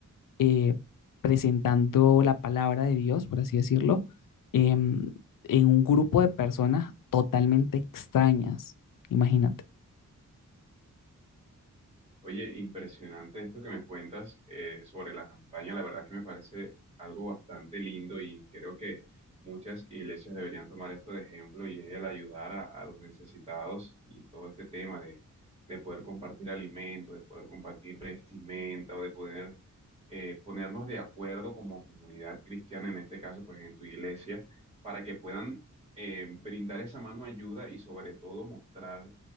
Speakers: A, on the left; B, on the right.
A: eh, presentando la palabra de Dios, por así decirlo, em, en un grupo de personas totalmente extrañas. Imagínate.
B: Oye, impresionante esto que me cuentas eh, sobre la campaña. La verdad que me parece algo bastante lindo y creo que muchas iglesias deberían tomar esto de ejemplo y es el ayudar a, a los necesitados y todo este tema de, de poder compartir alimentos, de poder compartir vestimenta o de poder eh, ponernos de acuerdo como comunidad cristiana, en este caso, pues en tu iglesia, para que puedan eh, brindar esa mano ayuda y sobre todo mostrar